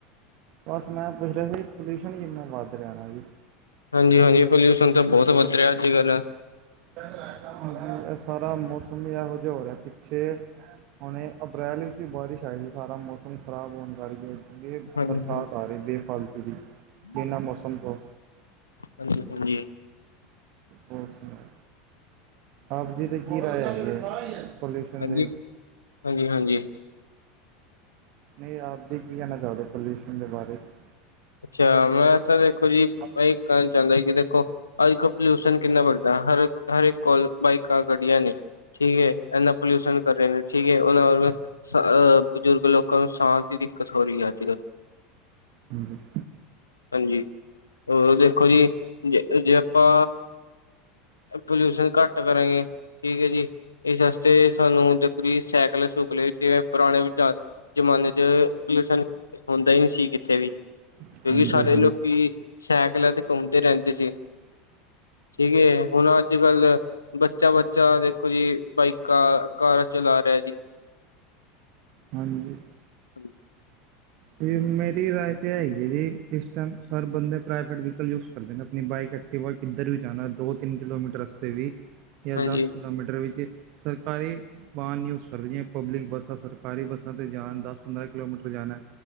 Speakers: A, on the right; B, on the left.
A: ਬਸ ਮੈਂ ਪੁੱਛ ਰਿਹਾ ਸੀ, ਪੋਲਿਊਸ਼ਨ ਹੀ ਕਿੰਨਾ ਵੱਧ ਰਿਹਾ ਜੀ।
B: ਹਾਂਜੀ-ਹਾਂਜੀ, ਪੋਲਿਊਸ਼ਨ ਤਾਂ ਬਹੁਤ ਵਧ ਰਿਹਾ ਅੱਜ ਕੱਲ੍ਹ
A: ਹਾਂਜੀ, ਇਹ ਸਾਰਾ ਮੌਸਮ ਹੀ ਇਹੋ ਜਿਹਾ ਹੋ ਰਿਹਾ ਪਿੱਛੇ ਹੁਣੇ ਅਪ੍ਰੈਲ ਵਿੱਚ ਬਾਰਿਸ਼ ਆਈ ਸੀ, ਸਾਰਾ ਮੌਸਮ ਖ਼ਰਾਬ ਹੋਣ ਕਰਕੇ, ਬੇ
B: ਹਾਂਜੀ
A: ਬਰਸਾਤ
B: ਹਾਂਜੀ
A: ਆ ਰਹੀ ਬੇਫਾਲਤੂ ਦੀ, ਬਿਨਾਂ ਮੌਸਮ ਤੋਂ
B: ਹਾਂਜੀ ਹਾਂਜੀ,
A: ਹੋਰ ਸੁਣਾਓ? ਆਪ ਜੀ ਦੀ ਕੀ ਰਾਏ ਐ ਪੋਲਊਸ਼ਨ
B: ਹਾਂਜੀ
A: ਦੇ,
B: ਹਾਂਜੀ ਹਾਂਜੀ
A: ਨਹੀਂ ਆਪ ਜੀ ਕੀ ਕਹਿਣਾ ਚਾਹੁੰਦੇ ਹੋ, ਪੋਲਿਊਸ਼ਨ ਦੇ ਬਾਰੇ 'ਚ
B: ਅੱਛਾ ਮੈਂ ਤਾਂ ਦੇਖੋ
A: 'ਚ
B: ਜੀ, ਇਹ ਕਹਿਣ ਚਾਹੁੰਦਾ ਕਿ ਦੇਖੋ। ਅੱਜ ਕਲ ਪੋਲਿਊਸ਼ਨ ਕਿੰਨਾ ਵੱਦਡਾ, ਹਰ ਹਰ ਇਕ ਕੋਲ, ਬਾਈਕਾਂ ਗੱਢੀਆਂ ਨੇ ਠੀਕ ਹੈ। ਇੰਨਾ ਪੋਲਿਊਸ਼ਨ ਕਰ ਰਹੇ ਨੇ, ਠੀਕ ਹੈ, ਉਹਨਾਂ ਵਰਗਾ ਬਜ਼ੁਰਗ ਲੋਕਾਂ ਨੂੰ ਸਾਂ ਦੀ ਦਿੱਕਤ ਹੋ ਰਹੀ ਹੈ, ਅੱਜ ਕੱਲ੍ਹ
A: ਹਾਂਜੀ।
B: ਹਾਂਜੀ ਹੋਰ ਦੇਖੋ ਜੀ ਜੇ, ਜੇ ਆਪਾਂ ਪੋਲਿਊਸ਼ਨ ਘੱਟ ਕਰਾਂਗੇ। ਠੀਕ ਹੈ ਜੀ, ਇਸ ਵਾਸਤੇ ਦੇਖੋ ਜੀ ਸਾਈਕਲੇ ਸੁਕਲੇ, ਤੇ ਜਿਵੇ ਪੁਰਾਣੇ ਵਿਚਾਰ ਜ਼ਮਾਨੇ ਚ ਪ੍ਰਦੂਸ਼ਣ ਹੁੰਦਾ ਹੀ ਨਹੀਂ ਸੀ ਕਿਥੇ ਵੀ, ਕਿਉਂਕਿ
A: ਹਾਂਜੀ
B: ਸਾਰੇ
A: ਹਾਂਜੀ ਹਾਂਜੀ
B: ਲੋਕੀ ਸਾਈਕਲਾਂ ਤੇ ਘੁੰਮਦੇ ਰਹਿੰਦੇ ਸੀ, ਠੀਕ ਏ ਹੁਣ ਅੱਜ ਕੱਲ ਬੱਚਾ, ਬੱਚਾ ਦੇਖੋ ਜੀ, ਬਾਈਕਾਾਂ ਕਾਰਾਂ ਚਲਾ ਰਿਹਾ ਜੀ।
A: ਹਾਂਜੀ
B: ਹਾਂਜੀ,
A: ਅਤੇ ਮੇਰੀ ਰਾਏ ਤਾਂ ਹੈਗੀ ਹੈ ਜੀ, ਇਸ ਟਾਈਮ ਸਾਰੇ ਬੰਦੇ ਪ੍ਰਾਈਵੇਟ ਵਹੀਕਲ ਯੂਜ ਕਰਦੇ ਨੇ, ਆਪਣੀ ਬਾਈਕ, ਕਿ ਵ ਕਿੱਧਰ ਵੀ ਜਾਣਾ, ਦੋ ਤਿੰਨ ਕਿਲੋਮੀਟਰ ਰਸਤੇ ਵੀ, ਜਾਂ
B: ਹਾਂਜੀ
A: ਦਸ ਕਿਲੋਮੀਟਰ ਵਿੱਚ ਸਰਕਾਰੀ, ਬੂ ਕਰਦੀਆਂ ਪਬਲਿਕ ਬੱਸਾਂ, ਸਰਕਾਰੀ ਬੱਸਾਂ 'ਤੇ ਜਾਣ, ਦਸ ਪੰਦਰਾਂ ਕਿਲੋਮੀਟਰ ਜਾਣਾ।